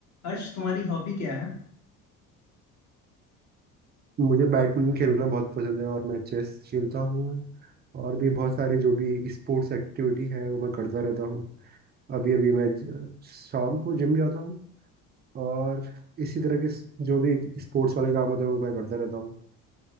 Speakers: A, on the left; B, on the right.
A: हर्ष तुम्हारी हॉबी क्या है
B: मुझे बैडमिंटन खेलना बहुत पसंद है और मैं चेस खेलता हूँ और भी बहुत सारे जो भी स्पोर्ट्स एक्टिविटी है वो मैं करता रहता हूँ अभी अभी मैं ज- शाम को जिम जाता हूँ और इसी तरह के स- जो भी स्पोर्ट्स वाले काम होते हैं वो मैं करता रहता हूँ